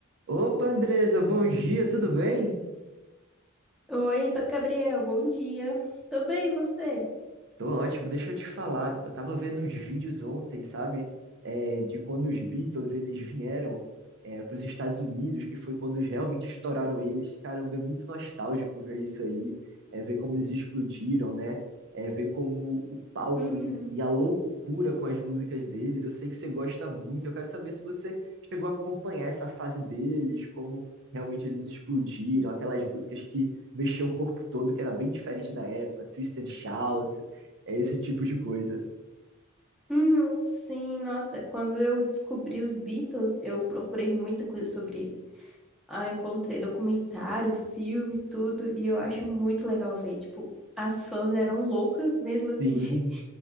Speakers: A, on the right; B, in the centre.
A: Opa, Andresa, bom dia, tudo bem?
B: Oi, Ba- Gabriel, bom dia. Tô bem, você?
A: Tô ótimo, deixa eu te falar. Eu tava vendo uns vídeos ontem, sabe? É, de quando os Beatles eles vieram para os Estados Unidos, que foi quando eles realmente estouraram eles. Caramba, é muito nostálgico ver isso aí, é, ver como eles explodiram, né? É, ver como o palco
B: Uhum.
A: e, e a loucura com as músicas deles. Eu sei que você gosta muito. Eu quero saber se você chegou a acompanhar essa fase deles, como realmente eles explodiram, aquelas músicas que mexiam o corpo todo, que era bem diferente da época, Twist and Shout. É esse tipo de coisa.
B: Uhum, sim, nossa, quando eu descobri os Beatles, eu procurei muita coisa sobre eles. Ah, encontrei documentário, filme, tudo, e eu acho muito legal ver. Tipo, as fãs eram loucas mesmo, assim,
A: Sim.
B: <laughs> de,